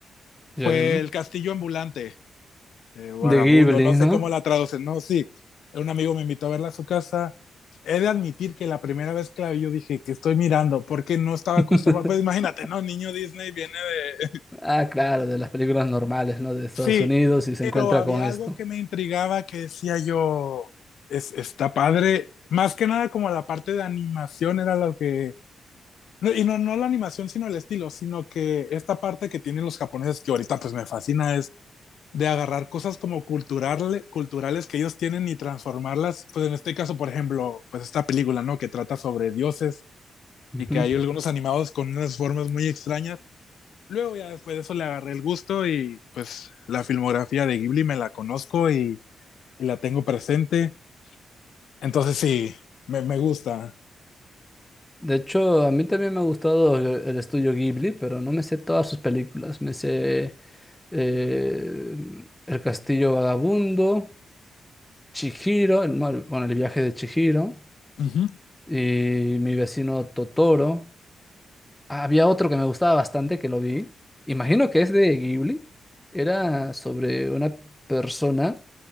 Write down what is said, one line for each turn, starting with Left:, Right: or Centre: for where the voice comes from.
Left: fue
Centre: Ya dime.
Left: El Castillo Ambulante. eh, vagabundo,
Centre: De Ghibli,
Left: no
Centre: ¿no?
Left: sé cómo la traducen, no, sí. Un amigo me invitó a verla a su casa. He de admitir que la primera vez que la vi, yo dije que estoy mirando, porque no estaba
Centre: <laughs>
Left: acostumbrado. Pues imagínate, ¿no? Niño Disney viene de. <laughs>
Centre: Ah, claro, de las películas normales, ¿no? De Estados
Left: Sí,
Centre: Unidos y se
Left: pero
Centre: encuentra
Left: había
Centre: con esto.
Left: algo que me intrigaba que decía yo, es, está padre. Más que nada, como la parte de animación era lo que no, y no, no la animación, sino el estilo, sino que esta parte que tienen los japoneses que ahorita pues me fascina es de agarrar cosas como cultural, culturales que ellos tienen y transformarlas, pues en este caso, por ejemplo, pues esta película, ¿no? Que trata sobre dioses
Centre: Ujú.
Left: y que hay algunos animados con unas formas muy extrañas. Luego ya después de eso le agarré el gusto y pues la filmografía de Ghibli me la conozco y, y la tengo presente. Entonces sí, me, me gusta.
Centre: De hecho, a mí también me ha gustado el, el estudio Ghibli, pero no me sé todas sus películas. Me sé eh, El Castillo Vagabundo, Chihiro, el, mar- bueno, el viaje de Chihiro
Left: Uh -huh.
Centre: y Mi vecino Totoro. Había otro que me gustaba bastante que lo vi. Imagino que es de Ghibli. Era sobre una persona